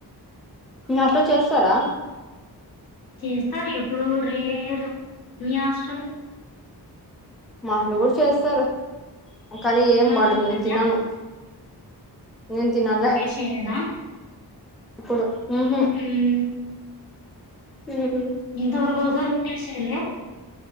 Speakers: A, in the centre; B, on the left.
A: నాతో చేస్తారా
B: చేస్తారు ఎప్పుడో రేరు మీ హాస్టల్
A: మాటలు కూడా చేస్తారు కానీ ఏం
B: మంచిగా
A: బాగుండదు
B: ఉంటుందా
A: నేను తినను నేను తినాల
B: ఎక్కడ
A: ఇప్పుడు ఊహు
B: మ్
A: ఊహు
B: ఇంతవరకు ఒకసారి గూడ టేస్ట్ చేయలే